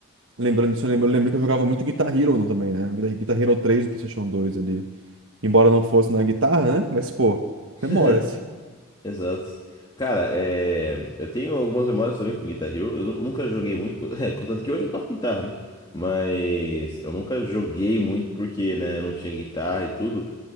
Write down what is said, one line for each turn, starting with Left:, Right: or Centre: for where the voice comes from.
Right: Lembrando disso, eu lembro, eu lembrei que eu jogava muito Guitar Hero no também, né? Guitar Guitar Hero três do PlayStation dois ali. Embora não fosse na guitarra, né? Mas, pô,
Left: <laughs>
Right: memórias.
Left: Exato. Cara, é, eu tenho algumas memórias também com Guitar Hero. Eu nu- nunca joguei muito, co- <laughs> é, contanto que hoje eu toco guitarra, né? Mas eu nunca joguei muito porque, né, eu não tinha guitarra e tudo.